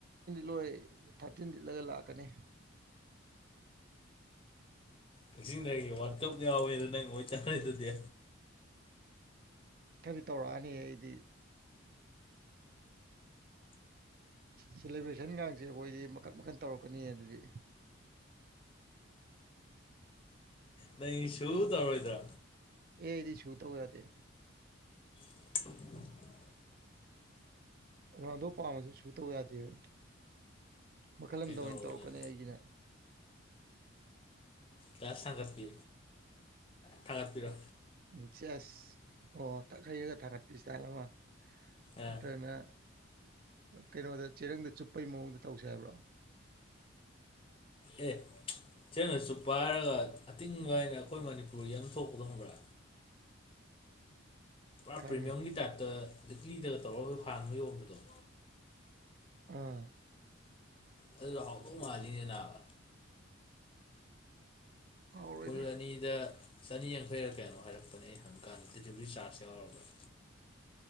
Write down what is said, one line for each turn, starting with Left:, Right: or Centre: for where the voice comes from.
Right: ꯂꯣꯏ ꯊꯥꯆꯤꯟ ꯂꯤꯠꯂꯒ ꯂꯥꯛꯀꯅꯤ
Left: ꯀꯛꯆꯤꯡꯗꯒꯤ ꯋꯥꯀꯞ ꯌꯥꯎꯋꯦꯗ ꯅꯪ ꯑꯣꯏꯣꯏ ꯆꯥꯔꯗꯨꯗꯤ
Right: ꯀꯔꯤ ꯇꯧꯔꯛꯑꯅꯤ ꯑꯩꯗꯤ ꯁꯦꯂꯦꯕ꯭ꯔꯦꯁꯟꯒꯁꯦ ꯑꯩꯈꯣꯏꯗꯤ ꯃꯈꯟ ꯃꯈꯟ ꯇꯧꯔꯛꯀꯅꯤ ꯑꯗꯨꯗꯤ
Left: ꯅꯪ ꯏ ꯁꯨ ꯇꯧꯔꯣꯣꯏꯗ꯭ꯔꯥ
Right: ꯑꯦ ꯑꯩꯗꯤ ꯁꯨ ꯇꯧ ꯌꯥꯗꯦ
Left: <inaudible>
Right: ꯔꯥꯟꯗꯣ ꯄꯥꯝꯝꯕꯁꯨ ꯁꯨ ꯇꯧ ꯌꯥꯗꯦꯕ ꯃꯈꯜ ꯑꯃꯗ
Left: ꯀꯩꯗꯧꯔꯕ
Right: ꯑꯣꯏꯅ ꯇꯧꯔꯛꯀꯅꯤ
Left: ꯅꯪ
Right: ꯑꯩꯒꯤꯅ
Left: ꯌꯥ ꯊꯒ ꯄꯤ ꯊꯒ ꯄꯤꯔꯣ
Right: ꯎꯝ ꯆ ꯑꯁ ꯑꯣ ꯊꯛ ꯍꯩꯔꯒ ꯊꯥꯒꯠꯄꯤꯁꯤꯇꯥꯜ ꯑꯃ
Left: ꯑꯥ
Right: ꯑꯠꯇꯅ ꯀꯩꯅꯣꯗ ꯆꯦꯔꯪꯗ ꯆꯨꯞꯄꯩ ꯃꯑꯣꯡꯗ ꯇꯧꯁꯦ ꯍꯥꯏꯕ꯭ꯔꯣ
Left: ꯑꯦ ꯁꯦꯡꯅꯁꯨ ꯄꯥꯏꯔꯒ ꯑꯇꯤꯡꯕ ꯍꯥꯏꯅ ꯑꯩꯈꯣꯏ ꯃꯅꯤꯄꯨꯔ ꯌꯥꯝ ꯊꯣꯛꯄꯗ ꯈꯪꯕ꯭ꯔꯥ ꯄꯨꯔꯥ
Right: ꯈꯪꯉꯦ
Left: ꯄ꯭ꯔꯤꯃꯤꯌꯝꯒꯤ ꯇꯥꯏꯞꯇ ꯂꯤꯛꯂꯤꯗꯒ ꯇꯧꯔꯒ ꯍꯣꯏ ꯍꯥꯡꯕ ꯌꯣꯟꯕꯗꯣ
Right: ꯑꯥ
Left: ꯑꯗꯨꯗ ꯍꯥꯎꯗꯧ ꯃꯥꯜꯂꯤꯅꯦ ꯅꯥꯕ
Right: ꯍꯥꯎꯔꯣꯏꯗ
Left: ꯄꯨꯜ ꯑꯅꯤꯗ ꯆꯅꯤ ꯌꯥꯡꯊꯩꯔ ꯀꯩꯅꯣ ꯍꯥꯏꯔꯛꯄꯅꯦ ꯍꯪꯕ ꯀꯥꯟꯗ ꯗꯦꯂꯤꯚꯔꯤ ꯆꯥꯔꯖ ꯌꯥꯎꯔꯕ꯭ꯔꯥ